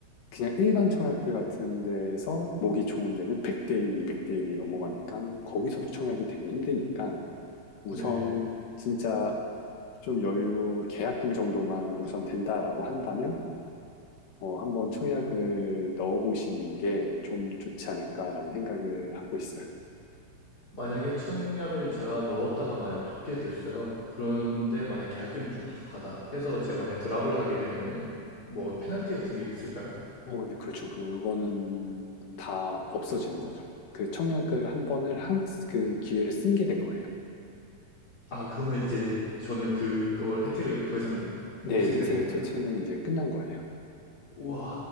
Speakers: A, on the left; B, on the left.
A: 그냥 일반 청약대 같은 데에서 목이 좋은 데는 100대 1, 200대 1이 넘어가니까 거기서도 청약이 되게 힘드니까 우선
B: 네.
A: 진짜 좀 여유 계약금 정도만 우선 된다라고 한다면 어, 한번 청약을 넣어보시는 게 좀 좋지 않을까라는 생각을 하고 있어요.
B: 만약에 청약을 제가 넣었다가 만약 붙게 됐어요. 그런데 만약 계약금이 좀 부족하다 해서 제가 만약 드랍을 하게 되면은 뭐 페널티 같은 게 있을까요?
A: 어, 네, 그렇죠. 그거는 다 없어지는 거죠. 그 청약을 한 번을 한, 그 기회를 쓴 게 된 거예요.
B: 아, 그러면 이제 저는 그걸 혜택을 더 이상 못
A: 네,
B: 쓰게
A: 내
B: 되는
A: 생애
B: 건가요?
A: 최초는 이제 끝난 거예요.
B: 우와.